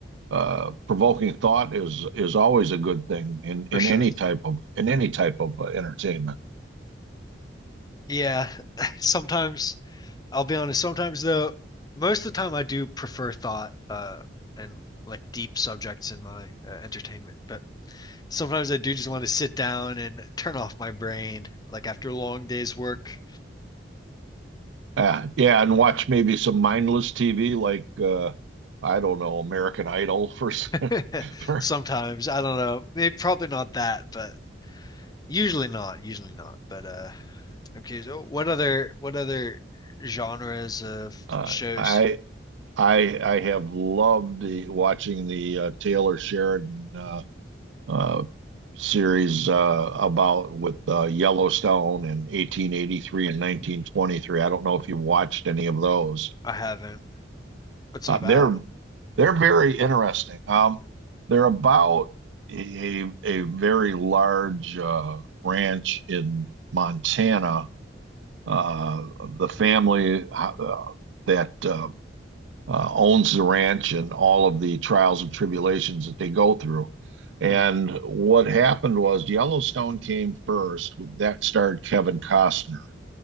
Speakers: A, on the right; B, on the left.
A: uh, provoking thought is is always a good thing in in
B: For sure.
A: any type of in any type of uh, entertainment.
B: Yeah. <laughs> Sometimes I'll be honest, sometimes though, most of the time I do prefer thought uh and like deep subjects in my uh, entertainment, but sometimes I do just want to sit down and turn off my brain like after a long day's work.
A: Uh, yeah, and watch maybe some mindless TV like uh, I don't know American Idol for s-
B: <laughs>
A: <laughs> for
B: Sometimes, I don't know, maybe probably not that, but usually not, usually not. But uh I'm curious, oh, what other what other genres of
A: uh,
B: shows
A: I I I have loved the, watching the uh, Taylor Sheridan uh, uh, series uh, about with uh, Yellowstone in 1883 and 1923. I don't know if you watched any of those.
B: I haven't? What's
A: Uh,
B: it about?
A: they're they're very interesting. Um, they're about a a very large uh, ranch in Montana. Uh, the family uh, that uh, uh, owns the ranch and all of the trials and tribulations that they go through. And
B: Hmm.
A: what happened was Yellowstone came first. That starred Kevin Costner,